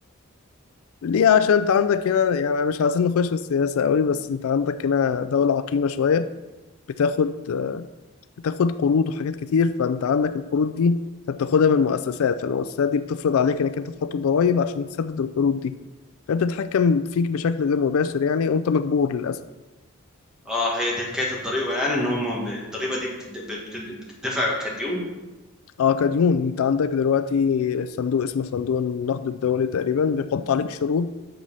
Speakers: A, on the left; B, in the centre.
A: ليه عشان انت عندك هنا يعني مش عايزين نخش في السياسة قوي بس انت عندك هنا دولة عقيمة شوية بتاخد بتاخد قروض وحاجات كتير فانت عندك القروض دي هتاخدها من المؤسسات فالمؤسسات دي بتفرض عليك انك انت تحط الضرايب عشان تسدد القروض دي فبتتحكم فيك بشكل غير مباشر يعني وانت مجبور للاسف
B: اه هي دي حكايه الضريبه يعني ان هم ب- الضريبه دي بتد... بتد... بتدفع كديون
A: اه كديون انت عندك دلوقتي صندوق اسمه صندوق النقد الدولي تقريبا بيحط عليك شروط